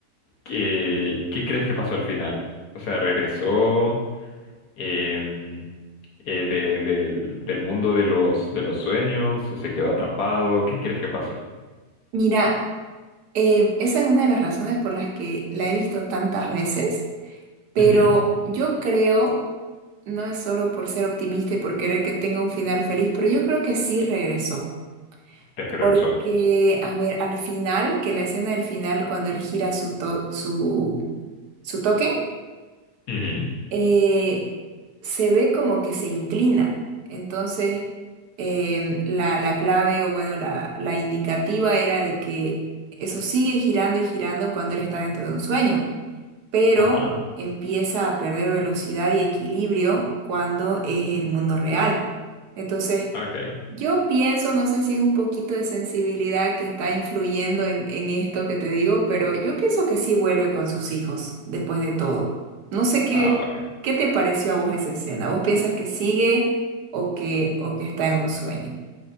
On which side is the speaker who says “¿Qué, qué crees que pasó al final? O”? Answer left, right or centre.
Left